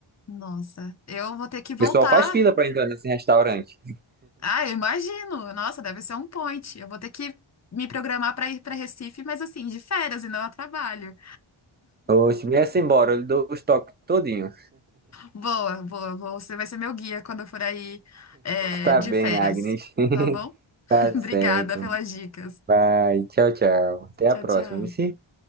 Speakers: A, on the left (about 35°); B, on the right (about 20°).
A: Nossa, eu vou ter que voltar.
B: O pessoal faz fila pra entrar nesse restaurante.
A: Ah, eu imagino. Nossa, deve ser um point. Eu vou ter que me programar para ir para Recife, mas assim, de férias e não a trabalho.
B: Oxe, me essa embora, eu lhe dou os toques todinho.
A: Boa, boa, boa. Você vai ser meu guia quando eu for aí, é,
B: Tá
A: de
B: bem,
A: férias.
B: Agnes. <laughs>
A: Tá bom? <laughs>
B: Tá
A: Obrigada
B: certo.
A: pelas dicas.
B: Vai, tchau, tchau. Até
A: Tchau,
B: a próxima,
A: tchau.
B: viu?